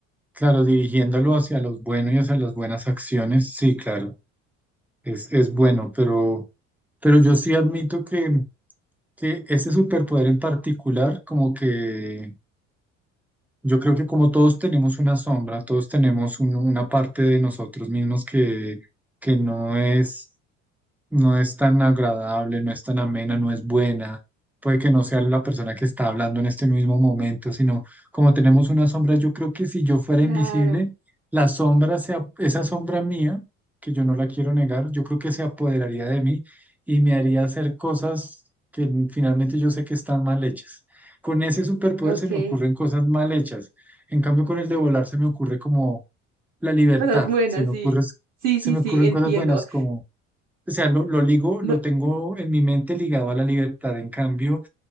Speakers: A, in the centre; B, on the right (about 50°).
A: claro, dirigiéndolo hacia los buenos y hacia las buenas acciones, sí, claro, es, es bueno, pero, pero yo sí admito que, que ese superpoder en particular, como que yo creo que como todos tenemos una sombra, todos tenemos un- una parte de nosotros mismos que, que no es no es tan agradable, no es tan amena, no es buena. Puede que no sea la persona que está hablando en este mismo momento, sino como tenemos una sombra, yo creo que si yo fuera
B: Claro,
A: invisible, la sombra, se, ap- esa sombra mía, que yo no la quiero negar, yo creo que se apoderaría de mí y me haría hacer cosas que finalmente yo sé que están mal hechas. Con ese superpoder
B: ok.
A: se me ocurren cosas mal hechas. En cambio, con el de volar se me ocurre como la libertad,
B: Cosas buenas,
A: se me
B: sí.
A: ocurre,
B: Sí,
A: se
B: sí,
A: me
B: sí,
A: ocurren
B: entiendo.
A: cosas buenas como o sea, lo, lo ligo, lo
B: No,
A: tengo en mi mente ligado a la libertad. En cambio,